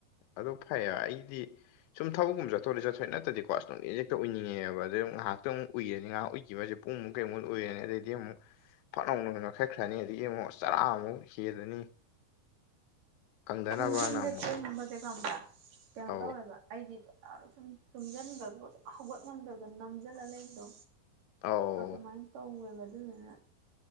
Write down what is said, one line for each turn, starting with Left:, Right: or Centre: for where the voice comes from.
Left: ꯑꯗꯨ ꯐꯩ ꯑꯩꯗꯤ ꯁꯨꯝ ꯊꯕꯛꯀꯨꯝ ꯆꯠꯊꯂꯛ ꯆꯠꯊꯣꯛꯑꯦꯠꯇꯗꯤꯀꯣꯁꯝ ꯑꯦꯖꯦꯛꯇ ꯎꯏꯅꯤꯡꯉꯦꯕ ꯑꯗ ꯉꯥꯏꯌꯥꯛꯇꯨ ꯎꯏꯔꯅꯤ ꯉꯥꯏꯍꯥꯛ ꯎꯏ ꯀꯁꯦ ꯄꯨꯡꯃꯨꯛ ꯀꯩꯃꯨꯛ ꯑꯣꯏꯔꯦ ꯑꯗꯩ ꯑꯗꯒꯤ ꯐꯠ ꯑꯃꯨꯛ ꯐꯅꯧ ꯀꯛꯈ꯭ꯔꯅꯤ ꯑꯗꯨꯗꯒꯤ ꯑꯃꯨꯛ ꯆꯔꯥꯃꯨꯛ ꯍꯦꯜꯂꯅꯤ ꯀꯪꯗꯅꯕꯅ
Right: ꯅꯨꯡꯗꯤꯟꯗ
Left: ꯑꯃꯨꯛ
Right: ꯇꯨꯝꯕꯁꯦ ꯈꯪꯕ꯭ꯔꯥ ꯀꯩꯅꯣ
Left: ꯑꯧ
Right: ꯇꯧꯋꯦꯕ ꯑꯩꯗꯤ ꯑ ꯁꯨꯝ ꯇꯨꯝꯖꯟꯕꯒ ꯍꯧꯒꯠ ꯉꯝꯗꯗꯅ ꯅꯝꯖꯜꯂ ꯂꯩꯕꯗꯣ
Left: ꯑꯧ
Right: ꯑꯗꯨꯃꯥꯏ ꯇꯧꯋꯦꯕ ꯑꯗꯨꯗꯨꯅ